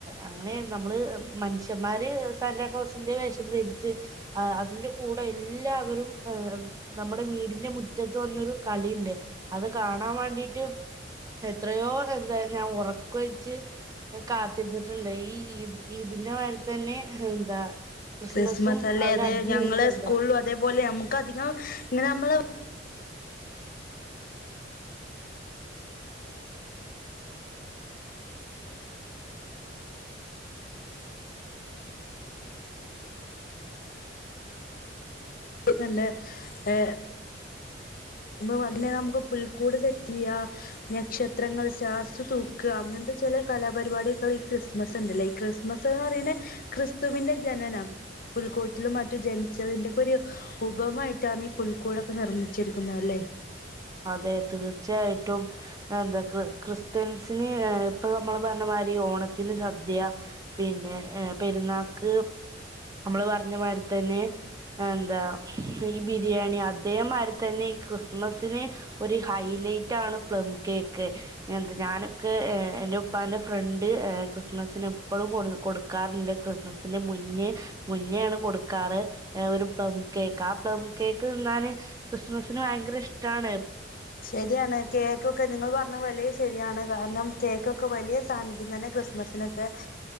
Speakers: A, on the right (about 20°); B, on the left (about 50°).
A: അങ്ങനെ നമ്മള് മനുഷ്യന്മാര് സാന്റാക്ലോസിന്റെ വേഷം ധരിച്ച് അതിന്റെ കൂടെ എല്ലാവരും നമ്മുടെ വീടിന്റെ മു മുറ്റത്ത് വന്നൊരു കളിണ്ട് അത് കാണാൻ വേണ്ടിട്ട് എത്രയോ എന്താ ഞാൻ ഒറക്കൊഴിച്ച് കാത്തിര്ന്നിട്ട്ണ്ട് ഈ ഇ ഇതിന്റെ വേണ്ടി തന്നെ എന്താ ക്രിസ്മസും
B: ക്രിസ്മസ് അല്ലേ
A: ഒരു
B: അത്
A: അടിപൊളി
B: ഞങ്ങള്
A: സംഭവമാണ്
B: സ്കൂളിലും അതേപോലെ നമുക്ക് അധികം ഇങ്ങനെ നമ്മള് ണ്ട് നല്ലെ <unintelligible> ഏ വന്നേ നമുക്ക് പുൽക്കൂട് സെറ്റ് യ്യാ നക്ഷത്രങ്ങൾ സ്റ്റാർസ് തൂക്കാ അങ്ങനത്തെ ചെല കലാപരിപാടികൾ ഈ ക്രിസ്മസ് ഉണ്ടല്ലേ ഈ ക്രിസ്മസ് എന്ന് പറയുന്ന ക്രിസ്തുവിന്റെ ജനനം പുൽക്കൂട്ടിലും മറ്റു ജനിച്ചതിന്റെക്കെ ഒരു ഉപമായിട്ടാണ് ഈ പുൽക്കൂടൊക്കെ നിർമ്മിച്ചിരി പുല്ലാല്ലേ
A: അതെ തീർച്ചയായിട്ടും എന്താ ക്രിസ്ത്യൻസിന് ഇപ്പൊ നമ്മൾ പറഞ്ഞമാതിരി ഓണത്തിന് സദ്യ പിന്നെ പെരുന്നാക്ക് അമ്മൾ പറഞ്ഞ മായ്രി തന്നെ എന്താ ഈ ബിരിയാണി അതേമായ്രി തന്നെ ഈ ക്രിസ്മസ് ന് ഒരു ഹൈലൈറ്റ് ആണ് പ്ലം കേക്ക് ഞാനൊക്കെ എന്റെ ഉപ്പാന്റെ ഫ്രണ്ട് ക്രിസ്മസിന് എപ്പളും കൊടുക്കാറുണ്ട് ക്രിസ്മസിന്റെ മുന്നേ മുന്നെയാണ് കൊടുക്കാറ് ഒരു പ്ലം കേക്ക് ആ പ്ലം കേക്ക് തിന്നാന് ക്രിസ്മസിന് ഭയങ്കര ഇഷ് ട്ടാണ്
B: ശരിയാണ് കേക്കൊക്കെ നിങ്ങൾ പറഞ്ഞ വല യാണ് കാര്ണം കേക്കൊക്കെ വലിയ സാന്നിധ്യം തന്നെ ക്രിസ്മസിനൊക്കെ